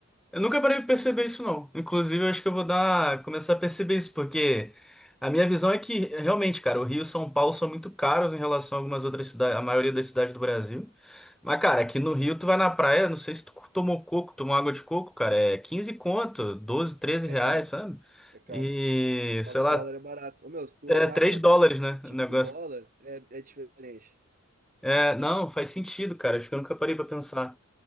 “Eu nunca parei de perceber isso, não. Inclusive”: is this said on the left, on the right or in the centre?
Centre